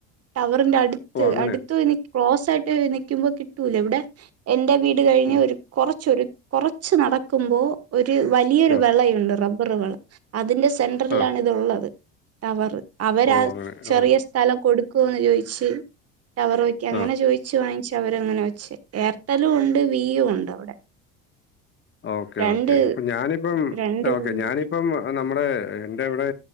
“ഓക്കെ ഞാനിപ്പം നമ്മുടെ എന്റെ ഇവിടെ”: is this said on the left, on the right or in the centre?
Left